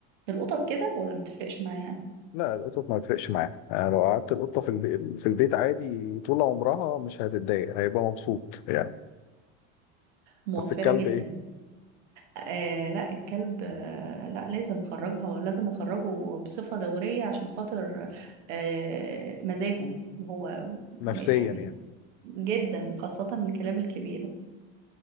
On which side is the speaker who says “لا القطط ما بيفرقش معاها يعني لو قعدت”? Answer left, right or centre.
Left